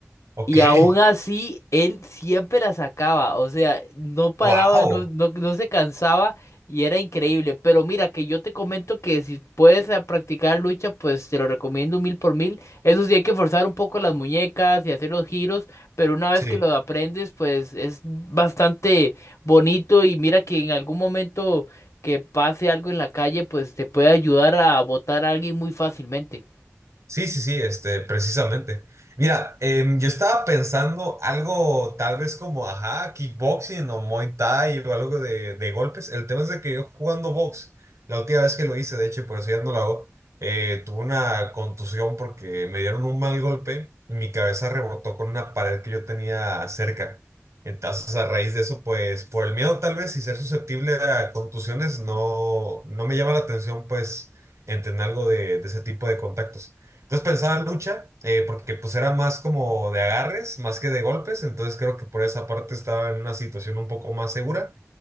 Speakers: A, on the right (about 75°); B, on the left (about 70°).
A: Ok.
B: Y
A: <laughs>
B: aún así, él siempre la sacaba, o sea, no paraba,
A: Wow.
B: no, no, no se cansaba y era increíble. Pero mira, que yo te comento que si puedes eh, practicar lucha, pues te lo recomiendo mil por mil. Eso sí, hay que forzar un poco las muñecas y hacer los giros, pero una vez
A: Sí.
B: que lo aprendes, pues es bastante bonito y mira que en algún momento que pase algo en la calle, pues te puede ayudar a botar a alguien muy fácilmente.
A: Sí, sí, sí, este, precisamente. Mira, em, yo estaba pensando algo tal vez como, ajá, kickboxing o Muay Thai o algo de, de golpes. El tema es de que yo jugando box, la última vez que lo hice, de hecho, y por eso ya no lo hago, eh, tuve una contusión porque me dieron un mal golpe, mi cabeza rebotó con una pared que yo tenía cerca. Entonces, a raíz de eso, pues, por el miedo tal vez y ser susceptible a contusiones, no, no me llama la atención, pues, entender algo de de ese tipo de contactos. Entonces pensaba en lucha, eh, porque pues era más como de agarres, más que de golpes, entonces creo que por esa parte estaba en una situación un poco más segura.